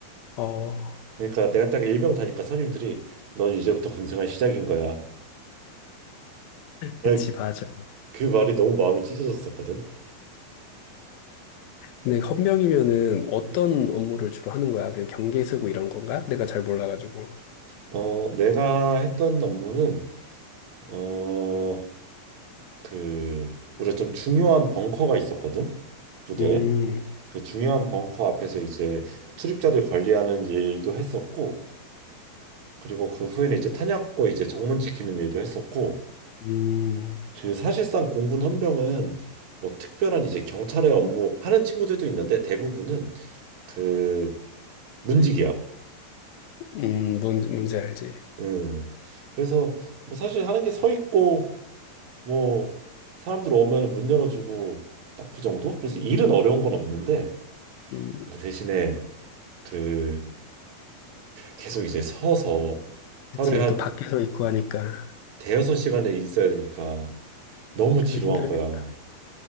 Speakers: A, on the left (about 85°); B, on the right (about 60°).
A: 어,
B: 그러니까 내가 딱 일병 다니까 선임들이 넌 이제부터 군생활 시작인 거야. 나
A: 그치, 맞아.
B: 그 말이 너무 마음이 찢어졌었거든.
A: 근데 헌병이면은 어떤
B: 음.
A: 업무를 주로 하는 거야? 그냥 경계 쓰고 이런 건가? 내가 잘 몰라가지고.
B: 어, 내가 했던 업무는, 어, 그 우리가 좀 중요한 벙커가 있었거든 부대에
A: 음,
B: 그 중요한 벙커 앞에서 이제 출입자들 관리하는 일도 했었고 그리고 그 후에는 이제 탄약고 이제 정문 지키는 일도 했었고
A: 음,
B: 그 사실상 공군 헌병은 뭐 특별한 이제 경찰의 업무 하는 친구들도 있는데 대부분은 그 문직이야
A: 음, 뭔지, 뭔지 알지.
B: 음 그래서 뭐 사실 하는 게 서 있고 뭐 사람들 오면은 문 열어주고 딱 그 정도 그래서 일은 어려운 건 없는데
A: 음,
B: 근데 대신에 그 계속 이제 서서
A: 그치,
B: 하루에 한
A: 또 밖에서 있고 하니까.
B: 대여섯 시간을 있어야 되니까 너무
A: 그거
B: 지루한
A: 힘들겠다.
B: 거야.